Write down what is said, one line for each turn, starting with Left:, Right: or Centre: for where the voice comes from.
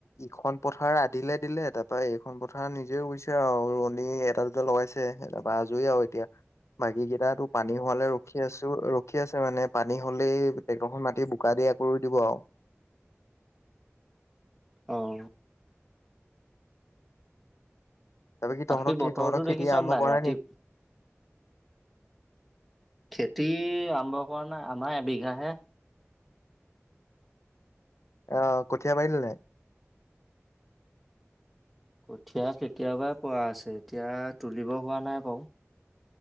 Left: ইখন পথাৰ আধিলে দিলে তাৰপৰা এইখন পথাৰ নিজে ৰুইছে আৰু ৰুৱণী এটা দুটা লগাইছে তাৰপৰা আজৰি আৰু এতিয়া। বাকী কেইটা তোৰ পানী হোৱালে ৰখি আছো ৰখি আছে মানে পানী হলেই টেক্টৰখন মাতি বোকা দি আকৌ ৰুই দিব আৰু।
Centre: অহ',
Left: তাৰপা কি তহঁতৰ
Centre: বাকী
Left: কি
Centre: বতৰৰতো
Left: তহঁতৰ খেতি
Centre: দেখিছ
Left: আৰম্ভ
Centre: নাই?
Left: কৰা
Centre: ৰাতি
Left: নি
Centre: খেতি আৰম্ভ কৰা নাই, আমাৰ এবিঘাহে।
Left: অহ', কঠীয়া পাৰিলি নাই?
Centre: কঠীয়া কেতিয়াবাই পৰা আছে, এতিয়া তুলিব হোৱা নাই বাৰু।